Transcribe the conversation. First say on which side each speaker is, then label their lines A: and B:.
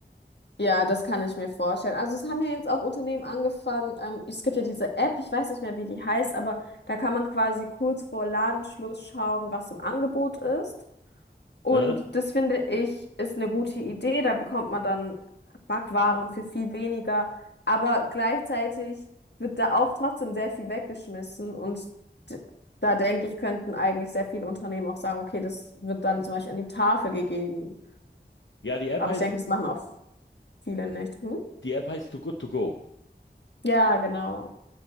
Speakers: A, on the left; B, on the left.
A: Ja, das kann ich mir vorstellen. Also es haben ja jetzt auch Unternehmen angefangen. Ähm, es gibt ja diese App, ich weiß nicht mehr, wie die heißt, aber da kann man quasi kurz vor Ladenschluss schauen, was im Angebot ist. Und
B: Äh?
A: das finde ich ist eine gute Idee. Da bekommt man dann Backwaren für viel weniger. Aber gleichzeitig wird da auch trotzdem sehr viel weggeschmissen. Und d- da denke ich, könnten eigentlich sehr viele Unternehmen auch sagen, okay, das wird dann zum Beispiel an die Tafel gegeben.
B: Ja, die App
A: Aber
B: heißt,
A: ich denke, das machen auch viele nicht. hm?
B: die App heißt Too Good To Go.
A: Ja, genau.